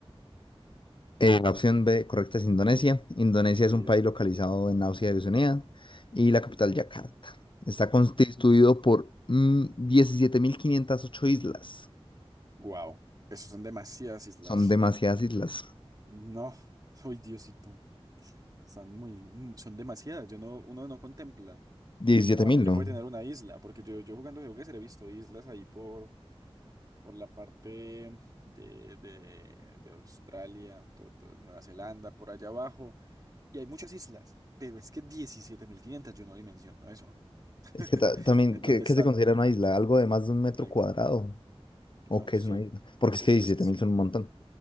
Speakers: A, on the left (about 55°); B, on the right (about 40°).
A: Eh, la opción B correcta es Indonesia. Indonesia
B: Bien.
A: es un país localizado en Asia y Oceanía y la capital Yakarta. Está constituido por mm, 17.508 islas.
B: Wow. Esos <laughs> son demasiadas islas.
A: Son demasiadas islas.
B: No. Uy, Diosito. Están muy, mm, son demasiadas. Yo no, uno no contempla
A: Diecisiete
B: el tamaño
A: mil
B: que
A: ¿no?
B: puede tener una isla, porque yo, yo jugando geoguessr he visto islas ahí por, por la parte de, de, de Australia, to- to- Nueva Zelanda, por allá abajo, y hay muchas islas, pero es que 17.500, yo no dimensiono eso. <laughs>
A: Es que ta- también,
B: ¿En
A: ¿qué,
B: dónde
A: qué
B: están?
A: se considera una isla? ¿Algo de más de un metro
B: Exacto.
A: cuadrado?
B: No
A: ¿O qué
B: sé.
A: es una isla? Porque es
B: Uf,
A: que diecisiete
B: es que es,
A: mil son un montón.